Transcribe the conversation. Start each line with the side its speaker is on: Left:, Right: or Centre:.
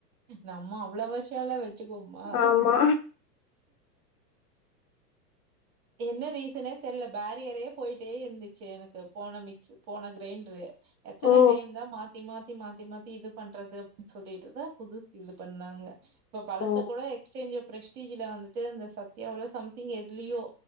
Right: நம்ம அவ்ளோ வருஷல்லா வச் சிக்குவமா
Left: ஆமா
Right: என்ன ரீசனே தெரியல பேரியரே போயிட்டே இருந்துச்சி எனக்கு போன மிக்ஸ் போன க்ரைண்ட்ரு எத்தன
Left: ஓ
Right: டயம்தா மாத்தி மாத் தி மாத்தி மாத்தி இது பண்றது அப்டின் சொல்லிட்டுதா புதுசு இது பண்ணாங்க இப்பொ பழச
Left: ஓ
Right: கூட எக்ஸ்சேஞ்ச ப்ரஸ்டீஜ்ல வந்துட்டு இந்த சத்தியாவுல சம்திங் எதுலியோ